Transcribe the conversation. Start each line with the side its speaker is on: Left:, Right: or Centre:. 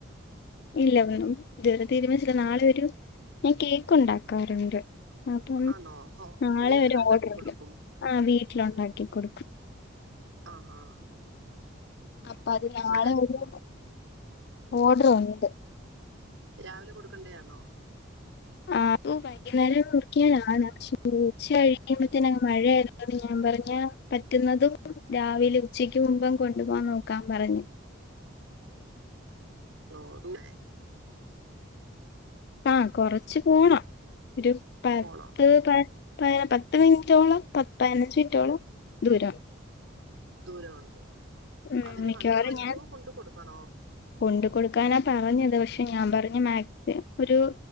Left: ഇല്ല വെറും ഇതുവറെ തീരുമാനിച്ചില്ല നാളെ ഒരു ഞാൻ കേക്ക് ഉണ്ടാക്കാറുണ്ട് അപ്പം
Right: ആന്നോ ഹോ
Left: നാളെ
Right: വീട്ടിലുണ്ടാക്കി
Left: ഒരു ഓർഡറിണ്ട്
Right: കൊടുക്കും
Left: ആ വീട്ടിലുണ്ടാക്കി കൊടുക്കും
Right: ആഹാ
Left: അപ്പൊ അത് നളെ
Right: അന്നേരം
Left: ഒരു ഓഡർ ഉണ്ട്.
Right: രാവിലെ കൊടുക്കണ്ടേയാന്നോ? <inaudible>
Left: ആ അത് വൈകുന്നേരം മുറിക്കിയാനാണ് പക്ഷെ ഉച്ച കഴിയുമ്പോത്തിന മഴയതന്ന് ഞാൻ പറഞ്ഞ പറ്റുന്നതും രാവിലെ ഉച്ചക്ക് മുമ്പും കൊണ്ടുപോകൻ നോക്കാൻ പറഞ്ഞു.
Right: ഓ അന്നെ
Left: ആ കുറച്ച് പോണം ഒരു പത്ത്
Right: പോണോ
Left: പ പതിന പത്ത് മിനിറ്റോളം പ പതിനഞ്ച് മിനിറ്റോളം ദൂരം
Right: ദൂരം ഉണ്ട്
Left: ഉം
Right: അവര്
Left: മിക്കവാറും
Right: വന്ന് വാങ്ങിക്കുവോ
Left: ഞാൻ
Right: കൊണ്ട് കൊടുക്കണോ?
Left: കൊണ്ട് കൊടുക്കാനാ പറഞ്ഞത് പക്ഷെ ഞാൻ പറഞ്ഞ് മാക്സിം ഒരു